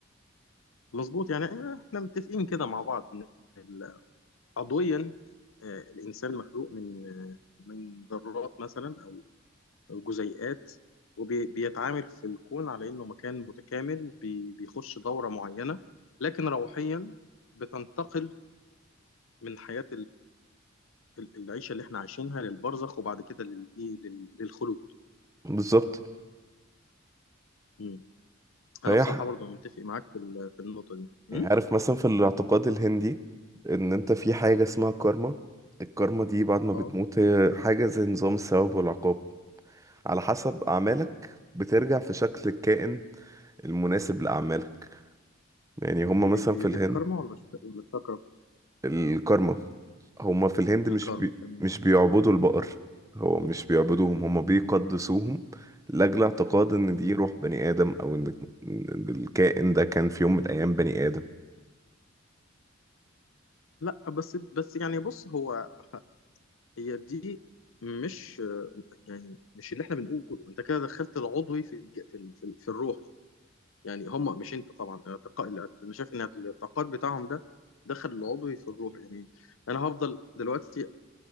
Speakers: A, on the left; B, on the right.
A: مظبوط يعني آه، احنا متفقين كده مع بعض ان ال- عضويا آه، الانسان مخلوق من آه، من ذرات مثلا او او جزيئات وبيتعامل في الكون على انه مكان متكامل بي- بيخش دوره معينه لكن روحيا بتنتقل من حياه ال- العيشه اللي احنا عايشينها للبرزخ وبعد كده للايه لل- للخلود
B: بالظبط
A: مم.
B: فهي
A: انا بصراحه
B: ح-
A: برضو متفق معاك في ال- في النقطه دي مم؟
B: يعني عارف مثلا في الاعتقاد الهندي ان انت في حاجة اسمها كارما الكارما دي بعد ما
A: اه
B: بتموت هي حاجة زي نظام الثواب والعقاب على حسب أعمالك بترجع في شكل الكائن المناسب لأعمالك يعني هما مثلا
A: هي هي
B: في الهند
A: دي الكارما ولا الش- ولا الشاكرا
B: الكارما هما في الهند
A: الكارما
B: مش بي...
A: تمام.
B: مش بيعبدوا البقر هو مش بيعبدوهم هما بيقدسوهم
A: مم.
B: لأجل اعتقاد إن دي
A: مم.
B: روح بني آدم أو إن إن الكائن ده كان في يوم من الأيام بني آدم
A: لا بس بس يعني بص هو هي دي مش يعني مش اللي احنا بنقوله انت كده دخلت العضوي في الج- في ال- في, ال- في الروح يعني هم مش انت طبعا اعتقاد انا شايف ان الاعتقاد بتاعهم ده دخل العضوي في الروح يعني انا هفضل دلوقتي